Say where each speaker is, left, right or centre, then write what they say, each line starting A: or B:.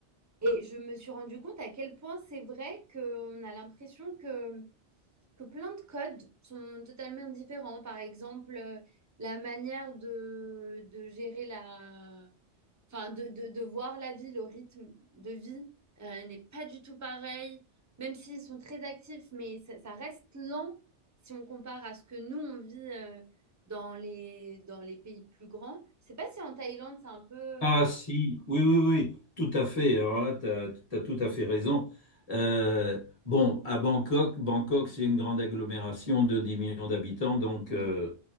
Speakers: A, on the right (about 15°); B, on the left (about 35°).
A: Et je me suis rendu compte à quel point c'est vrai qu'on a l'impression que, que plein de codes sont totalement différents. Par exemple, euh, la manière de, de gérer la... Enfin, de, de, de voir la vie, le rythme de vie euh, n'est pas du tout pareil, même s'ils sont très actifs, mais ça, ça reste lent si on compare à ce que nous, on vit euh, dans les, dans les pays plus grands. Je sais pas si en Thaïlande, c'est un peu...
B: Ah si, oui, oui, oui, tout à fait. Alors là, tu as, tout à fait raison. Euh, bon, à Bangkok, Bangkok, c'est une grande agglomération de 10 millions d'habitants, donc...
A: Mhm.
B: euh,